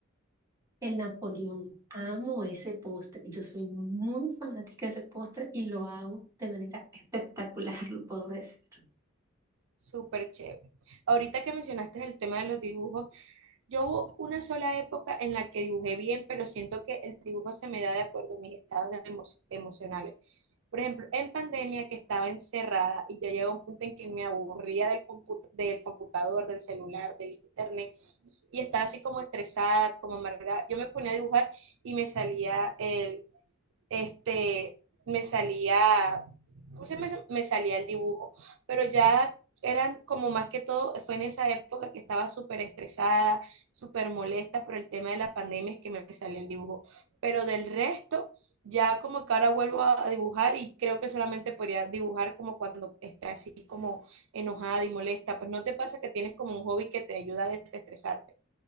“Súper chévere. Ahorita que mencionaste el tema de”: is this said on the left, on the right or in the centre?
Right